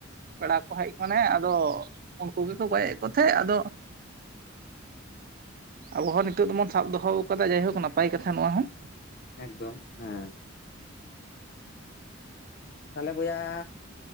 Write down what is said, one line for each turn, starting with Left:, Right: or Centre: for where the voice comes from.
Right: ᱯᱮᱲᱟ ᱠᱚ ᱢᱟᱱᱮ ᱟᱫᱚ ᱩᱱᱠᱩ ᱜᱮᱠᱚ ᱜᱚᱭᱮᱜ ᱠᱚᱝ ᱛᱟᱦᱮᱸᱫ᱾ ᱟᱫᱚ ᱟᱵᱚ ᱦᱚᱸ ᱱᱤᱛᱚᱜ ᱫᱚᱵᱚᱱ ᱥᱟᱵ ᱫᱚᱦᱚ ᱟᱠᱟᱫᱟ ᱡᱟᱭᱦᱳᱠ ᱱᱟᱯᱟᱭ ᱠᱟᱛᱷᱟ ᱱᱚᱣᱟ ᱦᱚᱸ
Left: ᱮᱠᱫᱚᱢ ᱦᱮᱸ ᱛᱟᱦᱚᱞᱮ ᱵᱚᱭᱦᱟ